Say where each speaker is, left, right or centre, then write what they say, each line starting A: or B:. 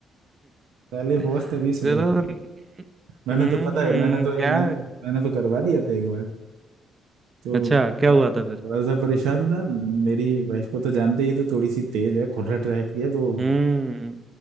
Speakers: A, on the right (about 85°); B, on the right (about 35°).
A: पहले
B: <laughs>
A: बॉस तभी सुधर
B: चलो
A: मैंने
B: हम्म
A: तो पता है मैंने तो
B: क्या
A: मैंने मैंने तो करवा दिया था एक बार तो
B: अच्छा क्या
A: मैं
B: हुआ था
A: थोड़ा सा परेशान था मेरी वाइफ को तो जानते ही है, तो थोड़ी सी तेज है खोलट टाइप की है तो
B: हम्म